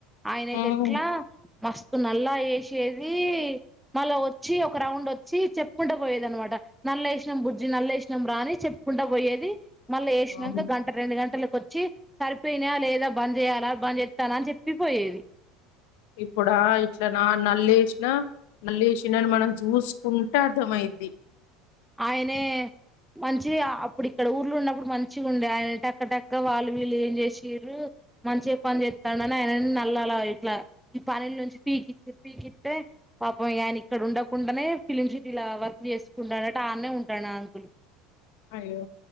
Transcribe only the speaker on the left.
హ్మ్.
వామ్మో!
ఇప్పుడా ఇట్లనా నల్లెసిన నల్లెసిండని మనం చూస్కుంటే అర్ధంమైంది
అయ్యో